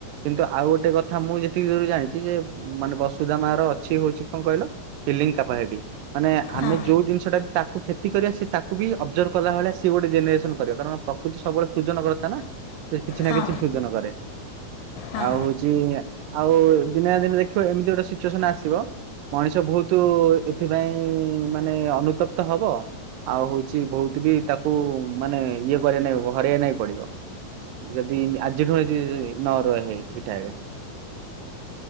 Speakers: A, on the right; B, on the left.
A: କିନ୍ତୁ ଆଉ ଗୋଟେ କଥା ମୁଁ ଯେତିକି ଦୂର ଜାଣିଛି ଯେ ମାନେ ବସୁଧା ମା ର ଅଛି ହଉଛି କଣ କହିଲ ଡ଼ିଲିଙ୍ଗ କାପାସିଟି ମାନେ ଆମେ
B: ହଁ
A: ଯୋଉ ଜିନିଷଟା ବି ତାକୁ କ୍ଷତି କରିବା ସେ ତାକୁ ବି ଅବଜର୍ଭ କଲା ଭଳିଆ ସେ ଗୋଟେ ଜେନେରେସନ କରିବା କାରଣ ପ୍ରକୃତି ସବୁବେଳେ ସୃଜନ କଥା ନା କିଛି ନା
B: ହଁ
A: କିଛି ସୃଜନ କରେ।
B: ହଁ
A: ଆଉ ହଉଛି ଆଉ ଦିନେ ଦିନେ ଦେଖିବ ଏମିତି ଗୋଟେ ସିଚୁଏସନ ଆସିବ ମଣିଷ ବହୁତ ଏଥିପାଇଁ ମାନେ ଅନୁତପ୍ତ ହବ। ଆଉ ହଉଛି ବହୁତ ବି ତାକୁ ମାନେ ଇଏ କର ନାଇଁ ହରାଇ ନାଇଁ ପଡିବ। ଯଦି ଆଜିଠୁ ଯଦି ନର ହେଇଠି ଠିକ୍ ଠାକ୍।